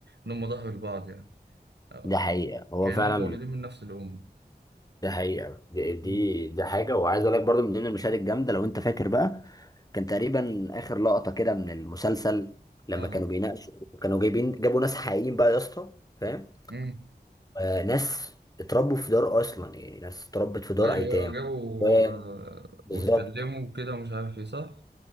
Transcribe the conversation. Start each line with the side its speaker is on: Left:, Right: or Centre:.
Right: ان هم ظهر لبعض يعني آه،
Left: ده حقيقة هو
Right: كأنهم
Left: فعلا
Right: مولودين من نفس الأم
Left: ده حقيقة دي دي,
Right: مم.
Left: دي حاجة وعايز اقول لك برضو من ضمن المشاهد الجامدة لو انت فاكر بقى كان تقريبا اخر لقطة كده من المسلسل لما
Right: اه
Left: كانوا بيناقشوا كانوا جايبين جابوا ناس حقيقيين بقى يا اسطى فاهم
Right: امم
Left: آه، ناس اتربوا في دار اصلا يعني ناس اتربت في دار
Right: ايوه
Left: ايتام
Right: ايوه جابوا
Left: و-
Right: آه،
Left: بالظبط
Right: واتكلموا وكده ومش عارف ايه صح